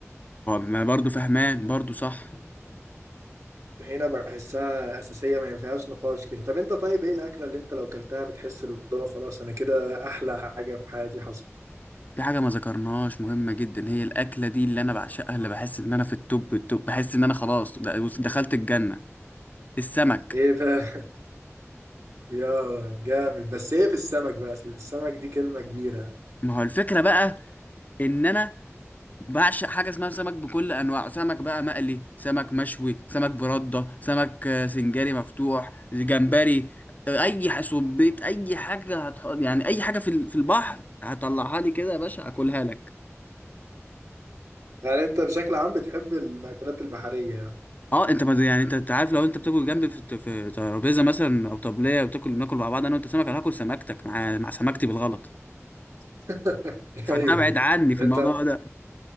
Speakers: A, on the left (about 35°); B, on the right (about 85°).
A: ما برضه فهمان برضه صح
B: الطحينة بحسها أساسية ما فيهاش نقاش كده طب انت طيب ايه الأكلة اللي انت لو كلتها بتحس اللي هو خلاص انا كده أحلى حاجة في حياتي حصل
A: في حاجة ما ذكرناهاش مهمة جدا هي الأكلة دي اللي أنا بعشقها اللي بحس إن أنا في التوب التوب بحس إن أنا خلاص د- بص دخلت الجنة السمك
B: ايه بقى <laughs> يا جامد بس ايه في السمك بقى اصل السمك دي كلمة كبيرة
A: ما هو الفكرة بقى إن أنا بعشق حاجة اسمها سمك بكل أنواعه سمك بقى مقلي سمك مشوي سمك بردة سمك آه، سنجاري مفتوح جمبري آه، أي ح- سبيط أي حاجة هتحط يعني أي حاجة في ال- في البحر هطلعها لي كده يا باشا أكلها لك
B: يعني انت بشكل عام بتحب المأكولات البحرية يعني
A: اه انت ما يعني انت أنت عارف لو انت بتاكل جنبي في في ترابيزه مثلا او طبليه وتاكل ناكل مع بعض انا وانت سمك انا هاكل سمكتك مع مع سمكتي بالغلط
B: <laughs>
A: فتبعد
B: ايوه ايوه
A: عني في
B: انت
A: الموضوع ده